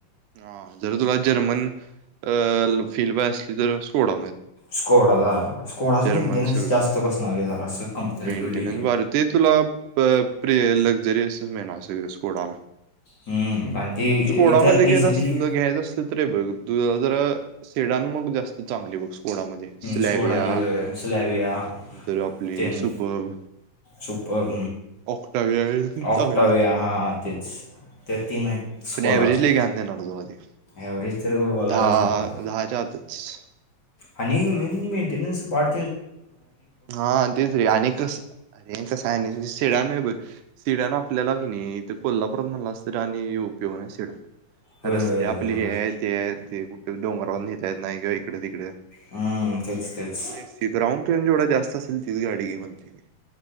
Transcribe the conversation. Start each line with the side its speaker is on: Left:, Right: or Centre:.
Right: हा जर तुला जर मन फीलय बाय असली तर सोडून
Left: स्कोडा जायला स्कोडाच
Right: जर्मन
Left: मेंटेननस
Right: सगळं
Left: जास्त बसणार जरा असं कंपरेटिवली.
Right: मेंटेनन्स भारी ते तुला प्रि लक्झरियस मेना असस स्कोडा
Left: हम्म, आणि ती
Right: सोडामध्ये
Left: इथं
Right: घेत
Left: इझिली
Right: असल घ्यायच असलं तरी बघ शेडान मग जास्त चांगली बघ स्कोडा मध्ये सलविया
Left: स्कोडाची स्लॅविया
Right: नंतर आपली
Left: तेन
Right: सुपर
Left: सुपर
Right: ऑक्टाविया चांगले
Left: ऑक्टावे
Right: आहेत
Left: ह तेच त्या तीन स्कोडाचं
Right: पण ॲव्हरेज लय घाण देणार तुला ते
Left: एवर्हेज तर बोलायलाच
Right: दहा
Left: नको
Right: दहाच्या आतच
Left: आणि मेन मेंटेन्स <unintelligible>
Right: हा तेच रे आणि कस आणि कस आहे? शिडन सिड्यान आपल्यालाी नाही इथं कोल्हापुरात म्हणला असत आणि <unintelligible> सिडण
Left: होय
Right: रस्ते
Left: होय बरोबर
Right: आपले हे आहेत ते ते कुठे डोंगरावरून नेता येत नाही किंवा इकडे तिकडे त्यामुळे
Left: हम्म, तेच तेच
Right: राऊंड ट्रेन जेवढा जास्त असेल तीच गाडी घे म्हणतोय